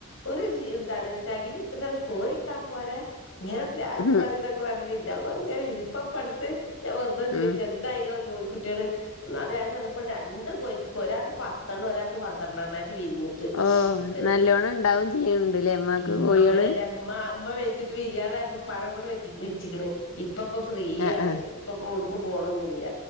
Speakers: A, on the left; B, on the left.
A: ഒരു എന്താണ് ചകിരി ഇത്തിട്ടാണ് കോരിട്ടാ പോ പോ ഇങ്ങരെ പായി
B: ഉം
A: പററതൊക്കെ പറര ഇ ഭങ്കര ഇപ്പ പടുത്ത് ഞാൻ വെറുതെ ചോദിച്ച
B: ഉം
A: എന്താായികള കോഴിക്കുട്ടികള് ഒാള ഞാൻ ചെന്നപ്പോൾ രണ്ട് കോഴ കോരാക്ക പത്തെണ്ണ ഒരാൾക്ക് പന്ത്രണ്ടെണ്ണായിട്ട് വിരിഞ്ഞിട്ട്ണ്ട്
B: ഓ നല്ലോണം ഉണ്ടാവും ചെയ്യണുണ്ടല്ലേ ഉമ്മാക്ക്
A: മ്മ
B: കോഴികള്
A: അങ്ങനെയല്ലമ്മ അമ്മ വെച്ചിട്ട് വിരിയാതായപ്പോ പഴം കൊണ്ട് വ വെച്ചണ് ഇപ്പപ്പോൊ ഫ്രീ
B: ആ
A: ആണ്
B: ആ
A: ഇപ്പപ്പ പോണോന്നില്ല